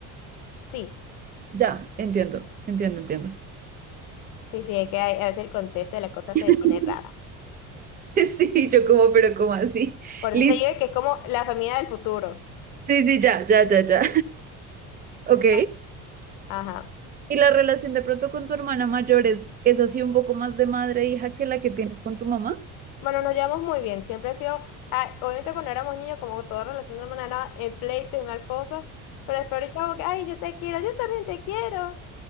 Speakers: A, on the left; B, on the right.
A: Sí,
B: Ya, entiendo, entiendo, entiendo.
A: sí, sí, es que hay- a veces el contexto de las cosas
B: <laughs>
A: se pone rara.
B: Sí, yo como, pero como así.
A: Por eso
B: Listo.
A: te digo que es como la familia del futuro.
B: Sí, sí, ya, ya, ya, ya. <laughs> Ok.
A: Ah, Ajá.
B: ¿Y la relación de pronto con tu hermana mayor es, es así un poco más de madre e hija que la que tienes con tu mamá?
A: Bueno, nos llevamos muy bien. Siempre ha sido, ah, obviamente cuando éramos niños, como toda relación de hermana era en pleitos y mal cosas, pero después ahorita como que, ay, yo te quiero, yo también te quiero.